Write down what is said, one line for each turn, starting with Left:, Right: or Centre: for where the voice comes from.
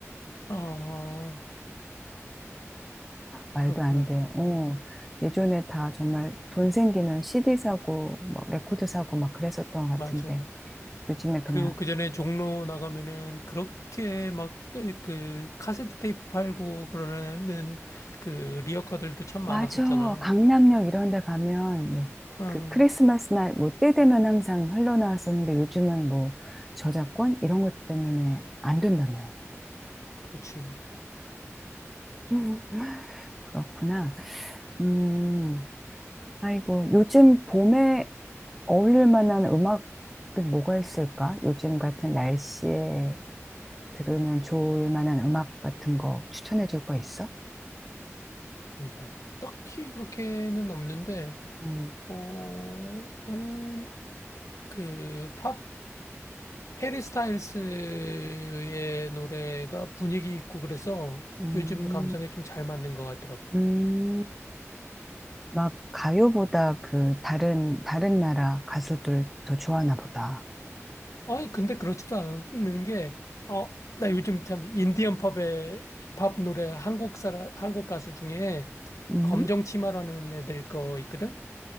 Left: 아,
Centre: 말도
Left: 그렇구나.
Centre: 안 돼. 어, 예전에 다 정말 돈 생기면 CD 사고, 뭐 레코드 사고 막 그랬었던 것 같은데,
Left: 맞아.
Centre: 요즘에 그냥,
Left: 그리고 그 전에 종로 나가면은 그렇게 막 그 카세트 테이프 팔고 그러는 그 리어카들도 참 많았었잖아.
Centre: 맞아. 강남역 이런 데 가면, 뭐,
Left: 응,
Centre: 그 크리스마스 날, 뭐, 때 되면 항상 흘러나왔었는데, 요즘은 뭐, 저작권? 이런 것 때문에 안 된다며.
Left: 그렇지.
Centre: 음, 그렇구나. 음, 아이고, 요즘 봄에 어울릴 만한 음악은 뭐가 있을까? 요즘 같은 날씨에 들으면 좋을 만한 음악 같은 거 추천해 줄 거 있어?
Left: 어, 나는 딱히 그렇게는 없는데,
Centre: 음,
Left: 어, 나는 그 팝, 해리 스타일스의 노래가 분위기 있고 그래서
Centre: 음,
Left: 요즘 감성에 좀 잘 맞는 것 같더라고.
Centre: 음. 막 가요보다 그 다른, 다른 나라 가수들 더 좋아하나 보다.
Left: 아니, 근데 그렇지도 않은 게, 어, 나 요즘 참 인디언 팝의 팝 노래 한국 사람, 한국 가수 중에
Centre: 음?
Left: 검정 치마라는 애들 거 있거든?